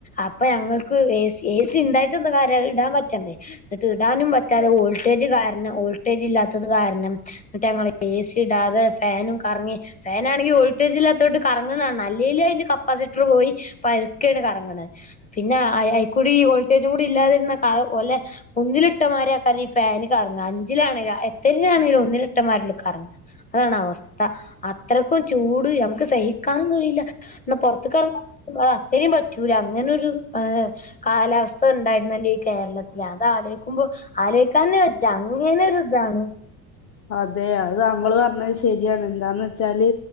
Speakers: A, on the left (about 20°); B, on the left (about 35°).
A: അപ്പൊ ഞങ്ങൾക്ക് എ സി എ സി ഇണ്ടായിട്ട് എന്താ കാര്യം അത് ഇടാൻ പറ്റണ്ടേ എന്നിട്ട് ഇടാനും പറ്റാതെ വോൾട്ടേജ് കാരണം വോൾട്ടേജ് ഇല്ലാത്തത് കാരണം എന്നിട്ട് ഞങ്ങള് എ സി ഇടാതെ ഫാനും കറങ്ങി ഫാനാണെങ്കിൽ വോൾട്ടേജ് ഇല്ലാത്തോണ്ട് കറങ്ങണ കാണണം അല്ലേലെ അതിന്റെ കപ്പാസിറ്ററ് പോയി പതുക്കേണ് കറങ്ങണെ പിന്നെ അയാ അയിക്കൂടി ഈ വോൾട്ടേജും കൂടി ഇല്ലാതിരുന്ന <unintelligible> ഓലേ ഒന്നിലിട്ട മായിരിയാ <unintelligible> ഫാന് കറങ്ങ അഞ്ചിലാണെങ്കില എത്രേല് ആണെങ്കിലും ഒന്നിലിട്ട മാരിലൊ കറങ്ങാ അതാണ് അവസ്ഥ അത്രക്കും ചൂട് നമുക്ക് സഹിക്കാനും കഴിയില്ല ഒന്ന് പൊറത്ത്ക്കെറ <unintelligible> അത് അത്രയും പറ്റൂല അങ്ങനൊരു സ് ആഹ് കാലാവസ്ഥ ഉണ്ടായിരുന്നല്ലേ ഈ കേരളത്തില് അത് ആലോയ്ക്കുമ്പോ ആലോയ് ക്കാന്ന് വെച്ചാ അങ്ങനെ ഒരിതാണ്
B: അതെ അത് താങ്കള് പറഞ്ഞത് ശരിയാണ് എന്താന്ന് വെച്ചാല്